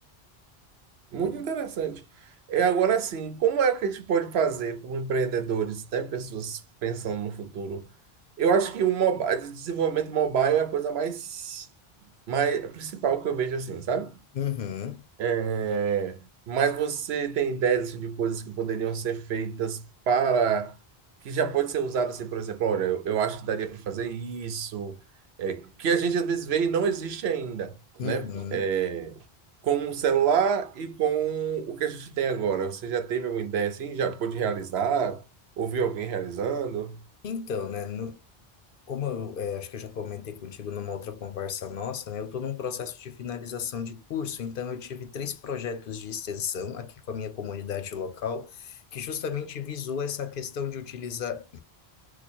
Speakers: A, on the right (about 85°); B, on the left (about 60°).
A: Muito interessante. É agora assim, como é que a gente pode fazer como empreendedores, né, pessoas pensando no futuro? Eu acho que o mobi- desenvolvimento mobile é a coisa mais, mais principal que eu vejo assim, sabe?
B: Uhum,
A: É, mas você tem ideias assim, de coisas que poderiam ser feitas para que já pode ser usado assim, por exemplo, olha, eu, eu acho que daria para fazer isso, é, que a gente às vezes vê e não existe ainda,
B: uhum.
A: né? É, com o celular e com o que a gente tem agora. Você já teve alguma ideia assim? Já pôde realizar? Ouviu alguém realizando?
B: Então, né, no- como eu é, acho que eu já comentei contigo numa outra conversa nossa, né, eu estou num processo de finalização de curso, então eu tive três projetos de extensão aqui com a minha comunidade local, que justamente visou essa questão de utilizar